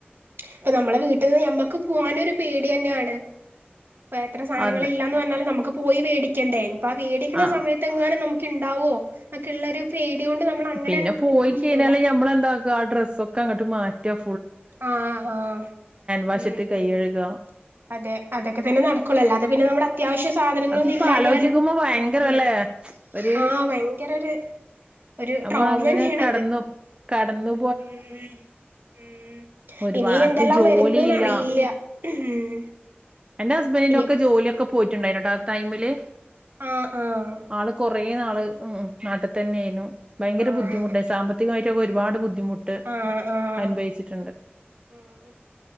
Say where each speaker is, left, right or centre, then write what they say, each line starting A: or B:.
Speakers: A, on the right; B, on the right.
A: ഇപ്പൊ നമ്മളെ വീട്ടിൽന്ന് ഞമ്മക്ക് പോകൻരു പേടിയന്നെയാണ് ഇപ്പൊ എത്ര സാധനങ്ങളല്ലാന്ന്
B: അത്
A: പറഞ്ഞാലും നമുക്ക് പോയി വേടിക്കേണ്ടേ അപ്പം ആഹ് വേടിക്കുന്ന
B: ആ
A: സമയത്ത് എങ്ങനെ നമുക്ക്ണ്ടാവോ ഒക്കെള്ള ഒരു പേടി
B: പിന്നെ
A: അങ്ങ്
B: പോയി
A: പോവും ചെയ്യൂല
B: കഴിഞ്ഞാല് ഞമ്മളെന്താ ആഹ് ഡ്രസ്സൊക്കെ അങ്ങോട്ട് മാറ്റും
A: ആഹ് ആഹ്
B: വാഷിട്ട്
A: ഉം
B: കൈ
A: ഉം
B: കഴുക
A: അതെ അതൊക്കെ തന്നെ നടക്കൂളല്ല അത പിന്നെ നമ്മുടെ അത്യാവശ്യം സാധനങ്ങളൊന്നും
B: അതിപ്പോ
A: ഇല്ലഞ്ഞാലും
B: ആലോചിക്കുമ്പോ ഭയങ്കരല്ലേ
A: നടക്കൂല
B: ഒരു
A: ആഹ് ഭയങ്കര ഒരു ഒരു
B: നമ്മ
A: ട്രോമ
B: അങ്ങനെ
A: തന്നെയണത്
B: കടന്നു കടന്നു
A: ഉം ഉം
B: ഒരുപാർക്കും
A: ഇനി എന്തെല്ലാം
B: ജോലിയില്ല
A: വരുന്നന്ന് അറിയില്ല ഉം
B: എന്റെ ഹസ്ബൻന്റിന്റെറെ
A: ഇനി
B: ഒക്കെ ജോലിയൊക്കെ പോയിട്ടുണ്ടായിനുട്ടോ ടൈമില്
A: ആഹ് ആഹ്
B: ആള് കൊറേ നാള് ഉം നാട്ടി തന്നെന്നു ഭയങ്കര
A: ആഹ്
B: ബുദ്ധിമുട്ട സാമ്പത്തികമായിട്ടൊക്കെ
A: ഉം
B: ഒരുപാട് ബുദ്ധിമുട്ട്
A: ആഹ് ആഹ്
B: അനുഭവിച്ചിട്ട്ണ്ട്
A: ഉം